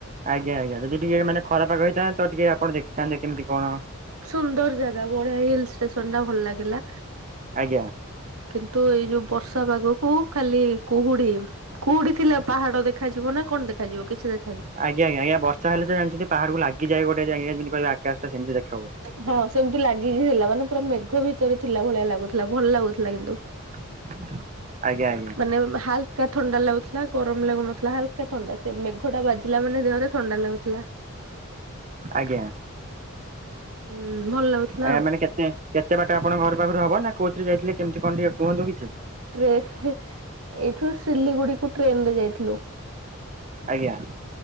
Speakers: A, on the right (about 35°); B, on the right (about 80°).
A: ଆଜ୍ଞା ଆଜ୍ଞା। ଯଦି ଟିକେ ମାନେ ଖରା ପାଗ ହେଇଥାନ୍ତା, ତ ଟିକେ ଆପଣ ଦେଖିଥାନ୍ତେ କେମିତି କଣ।
B: ସୁନ୍ଦର ଜାଗା ବଢିଆ ହିଲ୍ ଷ୍ଟେସନ ଟା ଭଲ ଲାଗିଲା।
A: ଆଜ୍ଞା
B: କିନ୍ତୁ ଏଇ ଯୋଉ ବର୍ଷା ପାଗକୁ ଖାଲି କୁହୁଡି। କୁହୁଡ଼ି ଥିଲା ପାହାଡ ଦେଖାଯିବ ନା କଣ ଦେଖାଯିବ କିଛି ଦେଖ
A: ଆଜ୍ଞା ଆଜ୍ଞା। ଆଜ୍ଞା ବର୍ଷା ହେଲେ ତ ଜାଣିଛନ୍ତି ପାହାଡ଼ କୁ ଲାଗିଯାଏ ଗୋଟେ ଯେମିତି କହିବେ ଆକାଶ ସେମିତି ଦେଖ
B: ହଁ ସେମିତି ଲାଗିକି ଥିଲା। ମାନେ ପୁରା ମେଘ ଭିତରେ ଥିଲା ଭଳିଆ ଲାଗୁଥିଲା ଭଲ ଲାଗୁଥିଲା କିନ୍ତୁ।
A: <inaudible> ଆଜ୍ଞା ଆଜ୍ଞା
B: ମାନେ। <unintelligible> ହାଲ୍କା ଥଣ୍ଡା ଲାଗୁଥିଲା ଗରମ ଲାଗୁନଥିଲା। ହାଲକା ଥଣ୍ଡା, ମେଘ ଟା ବାଜିଲା ମାନେ ଦେହରେ ଥଣ୍ଡା ଲାଗୁଥିଲା।
A: ଆଜ୍ଞା।
B: ହୁଁ ଭଲ ଲାଗୁଥିଲା
A: ଆଜ୍ଞା
B: ଆଉ।
A: ମାନେ କେତେ ବାଟ ଆପଣଙ୍କ ଘର ପାଖରୁ ହବ ନା କୋଉଥିରେ ଯାଇଥିଲେ କେମିତି କଣ ଟିକଏ କୁହନ୍ତୁ କିଛି।
B: ଟ୍ରେ ହେ ଏଇଠୁ ସିଲିଗୁଡିକୁୁ ଟ୍ରେନ ରେ ଯାଇଥିଲୁ।
A: ଆଜ୍ଞା।